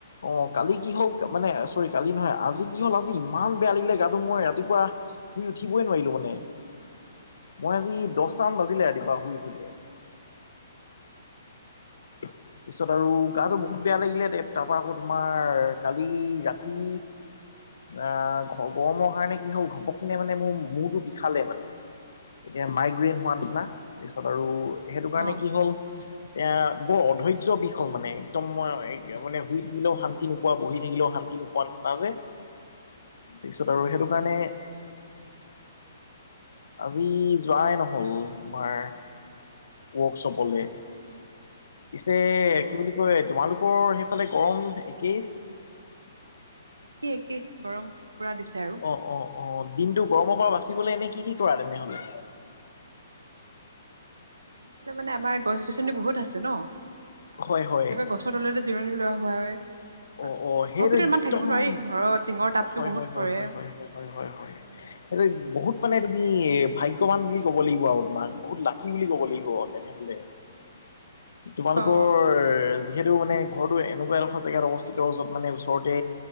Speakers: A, on the left (about 75°); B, on the right (about 85°).
A: অ কালি কি হ'ল মানে। কালি নহয় আজি কি হ'ল আজি ইমান বেয়া লাগিলে গাটো মই ৰাতিপুৱা শুই উঠি। <unintelligible> মই আজি দচটা মান ব বাজিলে ৰাতিপুৱা শুই উঠোতে।
B: <unintelligible>
A: <unintelligible> পিছত আৰু গাটো বহুত বেয়া লাগিলে দে তাৰপা আকো তোমাৰ কালি ৰাতি আহ গৰমৰ কাৰণে কি হ'ল ঘপক কিনে মানে মোৰ মূৰটো বিষালে মানে। এতিয়া মাইগ্ৰেইন
B: অ
A: হোৱা নিচিনা, তাৰছত আৰু সেইটো কাৰণে
B: অ
A: কি হ'ল, এয়া বৰ অধৈৰ্য বিষ হল মানে একদম মই মানে শুই থাকিলেও শান্তি নোপোৱা বহি থাকিলেও শান্তি নোপোৱা নিচি <unintelligible> তাৰপিছত
B: অ
A: আৰু সেইটো কাৰণে আজি যোৱাই নহল তোমাৰ ৱৰ্কশ্বপলে। পিছে কি
B: অ
A: বুলি কয় তোমালোকৰ সেইফালে গৰম একেই?
B: একে একে, গৰম পুৰা দিছে আৰু।
A: অ অ অ দিনটো গৰমৰ পৰা বাচিবলৈ
B: উম
A: এনে কি কি কৰা তেনেহ'লে।
B: তেনেহলে মানে আমাৰ গছ গছনি বহুত আছে ন। তেনেকে
A: হয় হয়
B: গছৰ তলতে জিৰণি লোৱা হোৱা হয়।
A: <unintelligible>
B: তাৰপিছত
A: অ অ সেইটো
B: ঘৰৰ ভিতৰত
A: একদম
B: ইমান থাকিব নোৱাৰি ঘৰৰ টিঙৰ তাপতো
A: হয়
B: বহুত
A: হয় হয়
B: পৰে
A: হয় হয়
B: উম
A: সেইটো। বহুত মানে তুমি ভাগ্যৱান বুলি ক'ব লাগিব আৰু তোমাক বহুত লাকি বুলি ক'ব লাগিব তেনেহলে। তোমালোকৰ
B: অ
A: যিহেতু মানে ঘৰটো এনেকুৱা এড্। জেগাত অৱস্থিত য'ত মানে ওচৰতে